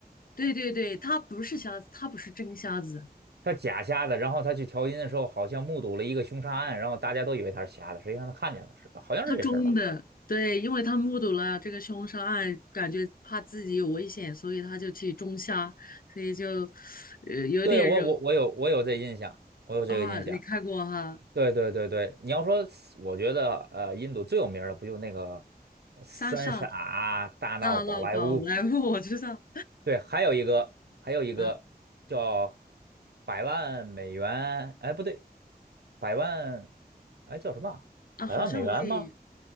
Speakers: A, on the left; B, on the right.
A: 对对对，他不是瞎子，他不是真瞎子，
B: 他假瞎的，然后他去调音的时候，好像目睹了一个凶杀案，然后大家都以为他是瞎的，实际上他看见了，是吧？好像是这事儿吧？
A: 他装的。对，因为他目睹了这个凶杀案，感觉怕自己有危险，所以他就去装瞎，所以就，呃，有点惹
B: 对，我我我有我有这印象，我有这个印象。
A: 啊。你看过哈，
B: 对对对对，你要说，我觉得呃，印度最有名儿的不就那个呃三傻大闹宝莱坞？
A: 《三傻大闹宝莱坞》，我知道。
B: 对，还有一个还有一个叫
A: 啊。
B: 百万美元，哎不对，百万哎叫什么啊百万美元吗？
A: 啊，好像我也，